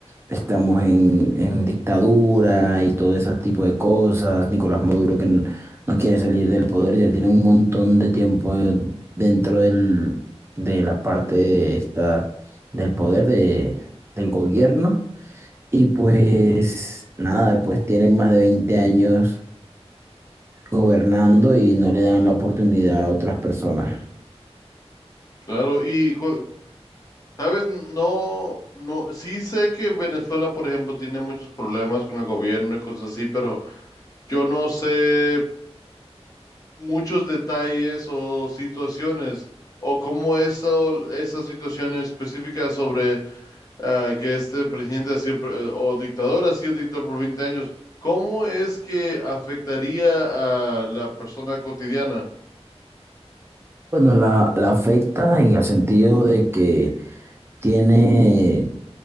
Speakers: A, on the right (about 25°); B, on the left (about 35°).
A: Estamos en, en dictadura y todo ese tipo de cosas. Nicolás Maduro que n- no, quiere salir del poder, ya tiene un montón de tiempo eh, dentro del, de la parte esta del poder de, del gobierno. Y pues nada, pues tienen más de 20 años gobernando y no le dan la oportunidad a otras personas.
B: Claro, y cu- sabes, no, no, sí sé que Venezuela, por ejemplo, tiene muchos problemas con el gobierno y cosas así, pero yo no sé muchos detalles o situaciones o cómo eso, esas situaciones específicas sobre ah, que este presidente ha sido pre- o dictador ha sido dictador por 20 años. ¿Cómo es que afectaría a la persona cotidiana?
A: Bueno, la, la afecta en el sentido de que tiene